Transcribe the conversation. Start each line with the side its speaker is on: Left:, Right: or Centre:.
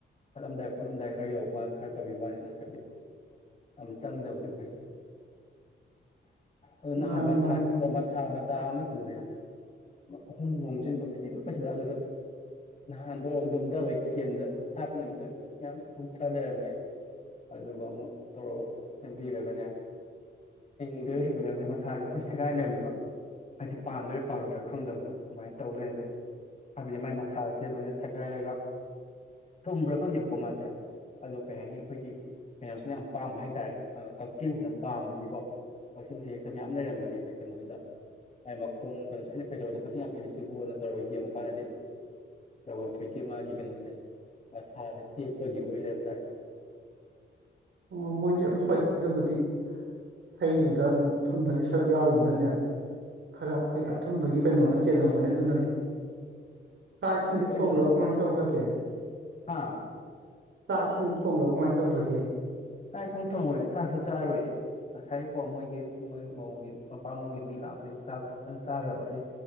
Left: ꯄꯠꯂꯝꯗꯥꯏ ꯈꯣꯠꯂꯝꯗꯥꯏ ꯈꯔ ꯌꯧꯔꯛꯄꯅ ꯈꯔ ꯇꯧꯕꯤ ꯋꯥꯅꯤ ꯅꯠꯇ꯭ꯔꯗꯤ ꯌꯥꯝꯅ ꯆꯪꯗꯕꯅꯦꯕ ꯀꯩꯁꯨ ꯑꯗꯨ ꯅꯍꯥꯟ
Right: ꯃꯥꯅꯦ
Left: ꯃꯁꯥꯀꯣ
Right: ꯃꯥꯅꯦ
Left: ꯃꯁꯥ ꯃꯆꯥ ꯑꯃꯁꯤꯗꯅꯦ ꯑꯍꯨꯝ ꯂꯣꯝꯁꯤꯟꯕ ꯐꯤꯛꯄꯁꯤꯗ ꯑꯗꯨꯗ ꯅꯍꯥꯟꯗꯣ ꯑꯗꯨꯨꯝꯝꯗꯕ ꯀꯦꯟꯗ ꯁꯥꯞꯄ ꯅꯨꯃꯤꯠꯇ ꯃꯌꯥꯝ ꯍꯨꯛꯊ ꯂꯩꯔꯝꯃꯦ ꯑꯗꯨꯒ ꯑꯃꯨꯛ ꯇꯧꯔꯒ ꯁꯦꯝꯕꯤꯔꯒꯅꯦ ꯍꯤꯡꯗꯣꯏꯔ ꯍꯤꯡꯉꯣꯏꯗꯣꯏ ꯈꯩ ꯃꯆꯥꯥꯁꯦ ꯂꯣꯏꯅ ꯁꯦꯒꯥꯏ ꯂꯩꯔꯝꯃꯦꯕ ꯍꯥꯏꯗꯤ ꯄꯥꯟꯗꯣꯏꯔꯥ ꯄꯥꯔꯣꯏꯗꯣꯏꯔꯥ ꯈꯪꯗꯕꯗꯣ ꯑꯗꯨꯃꯥꯏꯅ ꯇꯧꯗꯔꯦꯅꯦ ꯍꯥꯏꯕꯗꯤ ꯃꯥꯏ ꯃꯥꯁ ꯁꯥꯁꯦ ꯂꯣꯏꯅ ꯁꯦꯒꯥꯏꯔꯒ ꯊꯨꯝꯕ꯭ꯔꯥ ꯈꯪꯗꯦꯕꯀꯣ ꯃꯥꯁꯦ ꯑꯗꯨ ꯀꯩ ꯍꯥꯏꯅꯤ ꯑꯩꯈꯣꯏꯒꯤ ꯀꯩꯅꯣꯁꯤꯅ ꯌꯥꯝ ꯄꯥꯝꯕ ꯍꯥꯏꯇꯥꯔꯦ ꯀꯛꯆꯤꯡꯁꯤꯅ ꯄꯥꯝꯕꯒꯤꯀꯣ ꯋꯥꯁꯤ ꯍꯦꯛꯇ ꯃꯌꯥꯝ ꯂꯩꯔꯝꯕꯅꯦꯃꯦ ꯀꯩꯅꯣꯁꯤꯗ ꯍꯥꯏ ꯃꯈꯣꯡ ꯀꯩꯅꯣ ꯑꯩꯅ ꯀꯩꯗꯧꯗ ꯀꯁꯤ ꯌꯥꯝ ꯏꯂꯁꯤꯕꯣꯗ ꯇꯧꯔꯒ ꯌꯦꯡꯉꯨ ꯀꯥꯟꯗꯗꯤ ꯂꯧꯐꯝ ꯐꯨꯏꯠꯀꯤ ꯃꯥꯒꯤ ꯀꯩꯅꯣꯁꯦ ꯃꯁꯥꯁꯦ ꯇꯦꯛꯄꯒꯤ ꯑꯣꯏ ꯂꯩꯔꯝꯗꯥꯏꯅꯦ
Right: ꯑꯣ ꯃꯣꯏꯁꯦ ꯍꯣꯏ ꯑꯗꯨꯕꯨꯗꯤ ꯍꯩꯗꯨꯗ ꯑꯃꯨꯛ ꯊꯝꯕꯒꯤ ꯁꯔꯨꯛ ꯌꯥꯎꯔꯤꯕꯃꯤꯅꯅꯦ ꯈꯔ ꯑꯩꯈꯣꯏ ꯑꯊꯨꯝꯕꯒꯤ ꯀꯩꯅꯣꯝꯃ ꯆꯦꯜꯂꯝꯒꯅꯤ ꯑꯗꯨꯅꯅꯤ ꯆꯥꯛ ꯏꯁꯤꯡꯗꯤ
Left: ꯑꯩꯈꯣꯏꯗꯤ
Right: ꯊꯣꯡꯈ꯭ꯔꯕ
Left: ꯑꯉꯧꯕꯅꯦ
Right: ꯀꯃꯥꯏꯅ ꯇꯧꯈ꯭ꯔꯒꯦ
Left: ꯎꯝ ꯍꯥ
Right: ꯆꯥꯛ ꯏꯁꯤꯡꯗꯨ ꯊꯣꯡꯅꯕ ꯀꯃꯥꯏꯅ ꯇꯧꯈ꯭ꯔꯒꯦ
Left: ꯀꯥꯏ ꯁꯪ ꯆꯣꯡꯔꯨꯔꯦ ꯆꯥꯛꯁꯤ ꯆꯥꯔꯨꯔꯦ ꯉꯁꯥꯏꯔꯤꯀꯣ ꯃꯣꯏꯒꯤ ꯃꯣꯏ ꯃꯧꯒꯤ ꯃꯄꯥꯟꯂꯣꯝꯒꯤ ꯃꯤ ꯂꯥꯛꯑꯝꯕꯩ ꯆꯥꯛꯇ ꯐꯖꯅ ꯆꯥꯈ꯭ꯔꯕ ꯑꯗꯩ